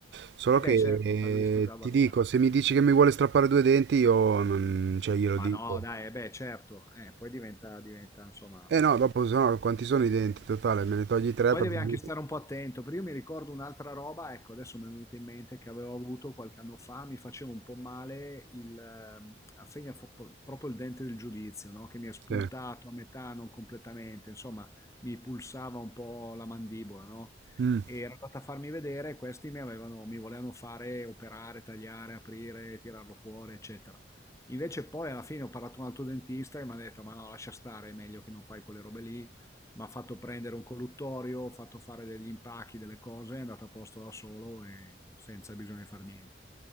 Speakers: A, on the right; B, on the left.
A: Solo
B: E beh,
A: che eh,
B: certo, t'ha visto già abbastanza.
A: ti dico, se mi dici che mi vuole strappare due denti, io non, cioè, glielo
B: Ma
A: dico.
B: no, dai, eh beh, certo. Eh, poi diventa, diventa, insomma,
A: Eh no,
B: difficile.
A: dopo sennò quanti
B: eh.
A: sono i denti totale? Me ne togli tre
B: Poi
A: praticamente.
B: devi anche stare un po' attento, perché io mi ricordo un'altra roba, ecco, adesso mi è venuta in mente che avevo avuto qualche anno fa, mi faceva un po' male il, ehm, a fine fo- proprio il dente del giudizio, no? Che mi è spuntato
A: Sì.
B: a metà, non completamente, insomma, mi pulsava un po' la mandibola, no?
A: Mm.
B: E era andata a farmi vedere, questi mi avevano, mi volevano fare operare, tagliare, aprire, tirarlo fuori, eccetera. Invece poi alla fine ho parlato con un altro dentista e mi ha detto, ma no, lascia stare, è meglio che non fai quelle robe lì m'ha fatto prendere un colluttorio, fatto fare degli impacchi, delle cose, è andato a posto da solo e senza bisogno di fare niente.